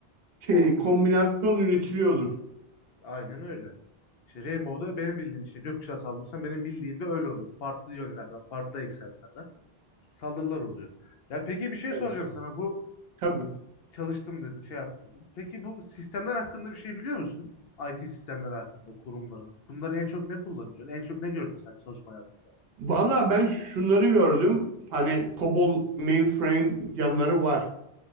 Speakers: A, on the right; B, on the left.
A: şey
B: Olasılık.
A: kombinasyon üretiliyordur.
B: Aynen öyle. İşte Rainbow'da benim bildiğim işte gökkuşağı saldırırsan benim bildiğim de öyle oluyor. Farklı yönlerden, farklı eksenlerden. saldırılar oluyor. Ya peki bir şey
A: Evet.
B: soracağım sana. Bu
A: Tabii.
B: çalıştım dedin, şey yaptın. dedin. Peki bu sistemler hakkında bir şey biliyor musun? IT sistemleri hakkında, kurumların. Bunları en çok ne kullanıyor? En çok ne gördün sen çalışma hayatında?
A: Valla ben şunları gördüm. Hani COBOL mainframe yanları var.